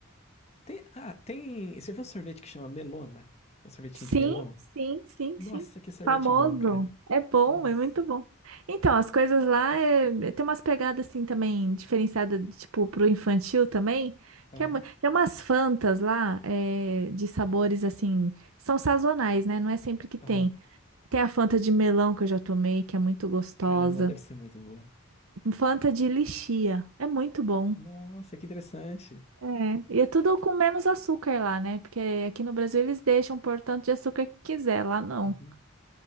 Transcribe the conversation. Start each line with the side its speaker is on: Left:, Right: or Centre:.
Left: Tem, ah, tem. Você viu um sorvete que chama melona? É Um sorvetinho
Right: Sim,
Left: de melão?
Right: sim, sim,
Left: Nossa,
Right: sim.
Left: que sorvete
Right: Famoso.
Left: bom, cara.
Right: É bom,
Left: Nossa.
Right: é muito bom. Então, as coisas lá é, tem umas pegadas assim também, diferenciadas, tipo, pro infantil também,
Left: Aham,
Right: que é, mu- tem umas fantas lá é, de sabores assim, são sazonais, né? Não é sempre que tem.
Left: aham.
Right: Tem a Fanta de melão que eu já tomei, que é muito gostosa.
Left: Caramba, deve ser muito boa.
Right: Fanta de lichia, é muito bom.
Left: Nossa, que interessante.
Right: É, e é tudo com menos açúcar lá, né? Porque aqui no Brasil eles deixam por tanto de açúcar que quiser, lá não.
Left: Uhum.